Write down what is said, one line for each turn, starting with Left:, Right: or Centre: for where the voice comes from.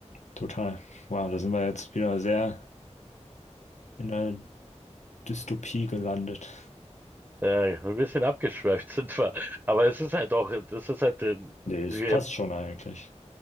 Left: Total. Wow, da sind wir jetzt wieder sehr in der Dystopie gelandet.
Right: Äh, ein bisschen abgeschweift <laughs> sind wir, aber es ist halt auch, das ist halt, äh,
Left: Nee, es
Right: wir,
Left: passt schon eigentlich.